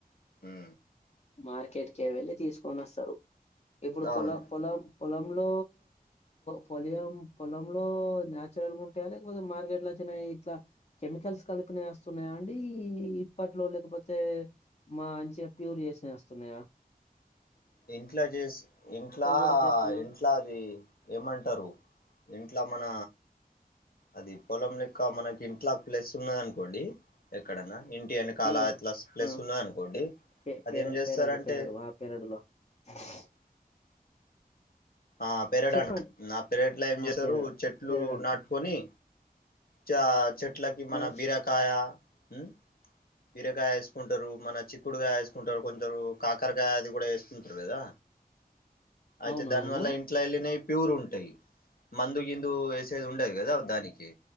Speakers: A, on the left (about 70°); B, on the left (about 45°).
A: ఊ
B: మార్కెట్కె వెళ్లి తీసు కొనొస్తారు. ఇప్పుడు
A: అవును
B: పొల పొల పొలం లో పోలియంపొలంలో న్యాచురల్ ఉంటాయా లేకపోతే మార్కెట్ లో వచ్చినయ ఇట్లా కెమికల్స్ కలిపినయి వస్తున్నాయా అండీ ఇప్పట్లో లేకపోతే మా మంచి ప్యూర్ చే నే వస్స్తున్నాయా
A: ఇంట్లా చేసి ఇంట్లా
B: కూడా చేస్తున్నారు
A: ఇంట్లా అది ఏమంటారు ఇంట్లో మన అది పొలం లెక్క మనకి ఇంట్ల ప్లేస్ ఉన్నది. అనుకోండి ఎక్కడన్నా ఇంటి యనకాల
B: ఆ
A: ఇట్ల ప్లస్
B: ఆ
A: ఉన్న అనుకోండి
B: పె
A: అది
B: పెర
A: ఏం చేస్తారంటే
B: పెరడు పెరడు ఆ పెరడులో <inaudible>
A: ఆ పేరడ్
B: చెప్పండి
A: అంట ఆ పేరట్ల ఏం
B: ఆ
A: చేస్తారు
B: పెరడు
A: చెట్లు
B: పెరడు అంటారు
A: నాటుకొని చ చెట్లకి మన
B: ఆ
A: బీరకాయ ఉ బీరకాయ వేసుకుంటారు. మన చిక్కుడుగాయ వేసుకుంటారు. కొందరు కాకరకాయ అది కూడా వేసుకుంటారు కదా అయితే
B: అవును
A: దాని
B: అవును
A: వల్ల ఇంట్లోఎల్లినే ప్యూర్ ఉంటాయి మందు గిందు వేసేది ఉండదు కదా దానికి